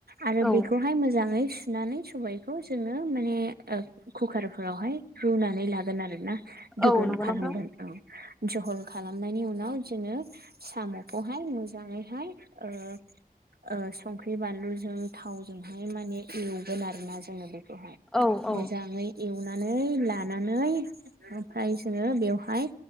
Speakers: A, on the right (about 80°); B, in the centre.
A: आरो
B: औ
A: बेखौहाय मोजाङै सुनानै सबायखौ जोङो माने कुकारफोरावहाय रुनानै लागोन आरो ना दोगोन
B: औ नंगौ
A: खालामहगोन
B: नोंथां
A: औ जझल खालामनायनि उनाव जोङो साम'खौहाय मोजाङैहाय ओ ओ संख्रि बानलुजों थावजोंहाय माने एवगोन आरोना जोङो बेखौहाय
B: औ औ
A: मोजां मोजाङै एवनानै लानानै ओमफ्राय जोङो बेवहाय